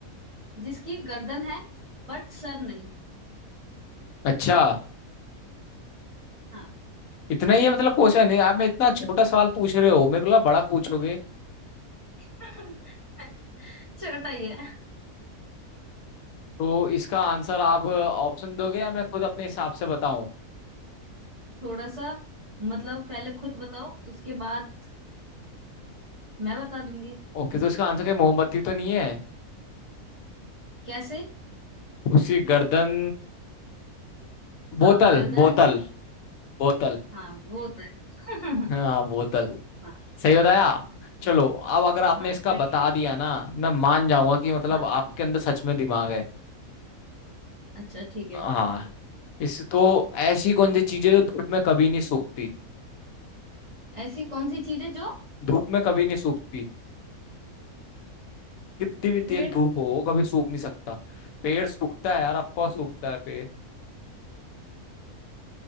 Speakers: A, on the right (about 45°); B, on the left (about 70°).
A: जिसकी गर्दन है बट सर नहीं
B: अच्छा
A: हाँ
B: इतना ही है मतलब क्वेश्चन है आप मैं इतना छोटा सवाल पूछ रहे हो मेरे को लगा बड़ा पूछोगे
A: <laughs> छोटा ही है
B: तो इसका आंसर आप ऑप्शन दोगे या मैं खुद अपने हिसाब से बताऊं
A: थोड़ा सा मतलब पहले खुद बताओ उसके बाद मैं बता दूंगी
B: ओके तो इसका आंसर क्या है? मोमबत्ती तो नहीं है
A: कैसे
B: उसकी गर्दन बोतल
A: हाँ गर्दन
B: बोतल बोतल
A: हाँ वो तो है <laughs>
B: हाँ बोतल
A: हाँ
B: सही बताया चलो अब अगर आपने
A: हाँ
B: इसका
A: सही
B: बता
A: है
B: दिया ना मैं मान जाऊंगा कि मतलब
A: हाँ
B: आपके अंदर सच में दिमाग है
A: अच्छा ठीक है
B: हाँ इस तो ऐसी कौन सी चीजें जो धूप में कभी नहीं सूखती
A: ऐसी कौन सी चीज है जो
B: धूप में कभी नहीं सूखती कितनी भी तेज
A: पेड़
B: धूप हो वो कभी सूख नहीं सकता पेड़ सूखता है यार ऑफकोर्स सूखता है पेड़